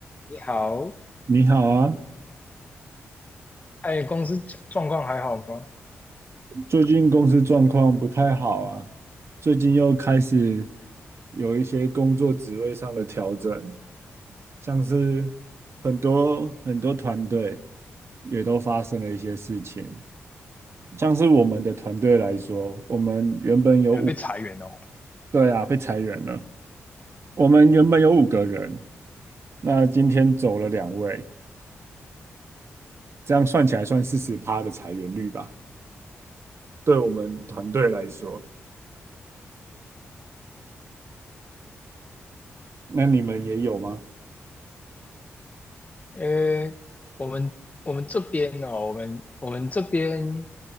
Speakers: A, on the left; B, on the right.
A: 你好，
B: 你好啊，
A: 哎，公司状状况还好吗？
B: 最近公司状况不太好啊，最近又开始有一些工作职位上的调整，像是很多很多团队也都发生了一些事情，像是我们的团队来说，我们原本有五，
A: 你们被裁员哦？
B: 对啊，被裁员了，我们原本有五个人，那今天走了两位，这样算起来算四十趴的裁员率吧，对我们团队来说，那你们也有吗？
A: 呃，我们我们这边哦，我们我们这边